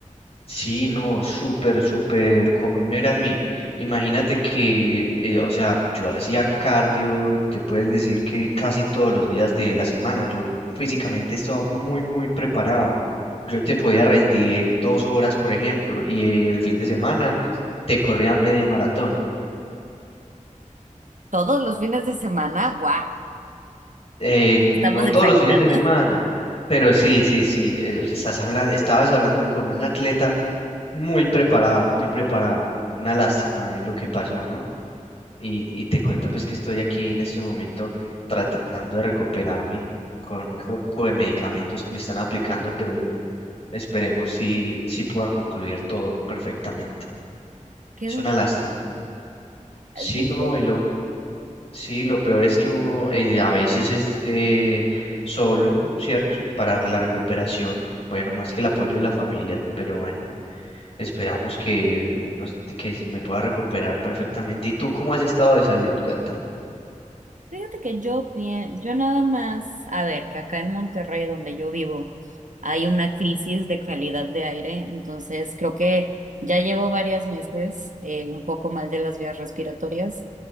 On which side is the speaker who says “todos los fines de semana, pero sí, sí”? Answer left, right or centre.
Left